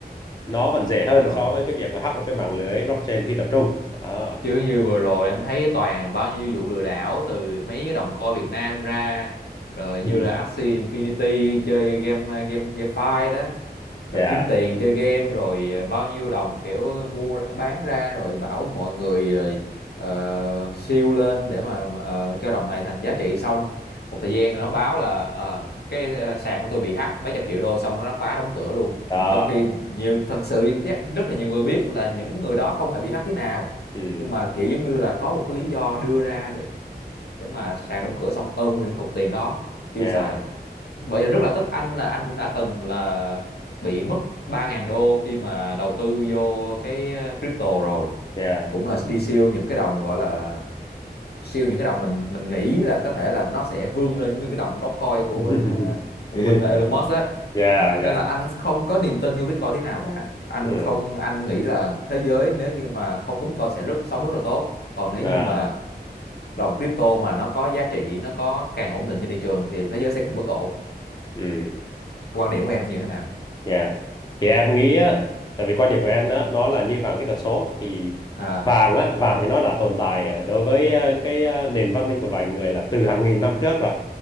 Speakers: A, on the left; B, on the left.
A: nó vẫn dễ hơn
B: trời
A: so với cái việc là hack một cái mạng lưới blockchain phi tập trung đó
B: chứ như vừa rồi anh thấy toàn bao nhiêu vụ lừa đảo từ mấy cái đồng coi Việt Nam ra rồi như
A: <laughs>
B: là Axie Infinity chơi game game GameFi đó rồi
A: yeah
B: kiếm tiền chơi game rồi ờ, bao nhiêu đồng kiểu mua bán ra rồi bảo mọi người rồi ờ, siêu lên để mà ờ, cho đồng này thành giá trị xong một thời gian nó báo là ờ, cái ờ, sàn của tôi bị hack mấy trăm triệu đô xong nó phá đóng cửa luôn
A: đó
B: trong khi nhiều thật sự chắc rất là nhiều người biết là những người đó không hề bị hack tí nào
A: ừ
B: nhưng mà kiểu giống như là có một cái lý do đưa ra để, để mà sàn đóng cửa xong ôm nguyên cục tiền đó tiêu
A: yeah
B: xài vậy là rất là tức anh là anh cũng đã từng là bị mất ba ngàn đô khi mà đầu tư vô cái ờ, crypto rồi
A: yeah
B: cũng là đi siêu những cái đồng gọi là siêu những cái đồng mình mình nghĩ là có thể là nó sẽ vươn lên những cái đồng Dogecoin của
A: <laughs>
B: bên ờ, của bên Elon Musk á
A: dạ
B: Đó, nên
A: dạ
B: là anh không có niềm tin vô Bitcoin thế nào cả anh
A: ừ
B: không anh nghĩ là thế giới nếu như mà không có Bitcoin sẽ rất sống rất là tốt còn nếu
A: à
B: như mà đồng crypto mà nó có giá trị nó có càng ổn định trên thị trường thì thế giới sẽ càng bất ổn
A: ừ
B: quan điểm của em thì như thế nào
A: dạ thì em nghĩ á tại vì quan điểm của em đó nó là như vàng kỹ thuật số thì
B: à
A: vàng á vàng thì nó đã tồn tại ở đối với ờ, cái ờ, nền văn minh của loài người là từ hàng nghìn năm trước rồi